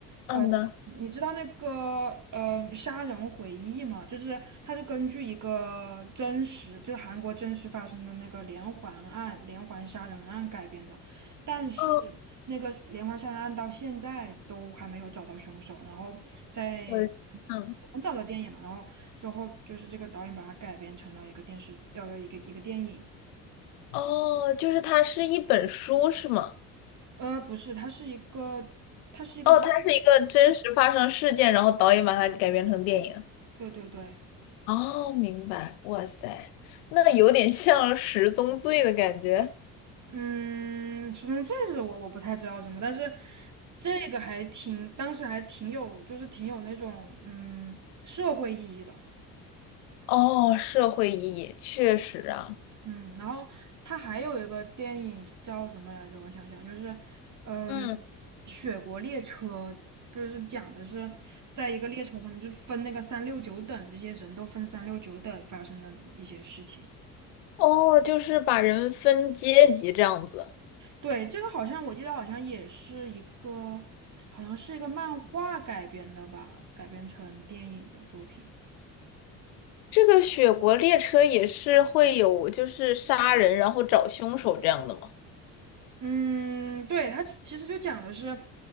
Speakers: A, on the left (about 60°); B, on the right (about 35°).
A: 嗯呢，
B: 呃，你知道那个呃《杀人回忆》吗？就是它是根据一个真实，就是韩国真实发生的那个连环案、连环杀人案改编的，但是
A: 哦，
B: 那个是连环杀人案到现在都还没有找到凶手，然后在
A: 我嗯，
B: 很早的电影了，然后之后就是这个导演把它改编成了一个电视，呃，一个一个电影，
A: 哦，就是它是一本书是吗？
B: 呃，不是，它是一个，它是一个真
A: 哦，它是一个真实发生事件，然后导演把它改编成电影。
B: 对对对。
A: 哦，明白。哇塞，那 <laughs> 有点像《十宗罪》的感觉。
B: 嗯，十中罪是我我不太知道什么，但是这个还挺，当时还挺有，就是挺有那种嗯社会意义的，
A: 哦，社会意义确实啊。
B: 嗯，然后他还有一个电影叫什么来着？我想想，就是嗯，
A: 嗯，
B: 《雪国列车》，就是讲的是在一个列车上面，就分那个三六九等，这些人都分三六九等发生的一些事情。
A: 哦，就是把人分阶级这样子。
B: 对，这个好像我记得好像也是一个，好像是一个漫画改编的吧，改编成电影的作品。
A: 这个《雪国列车》也是会有，就是杀人然后找凶手这样的吗？
B: 嗯，对，它其实就讲的是，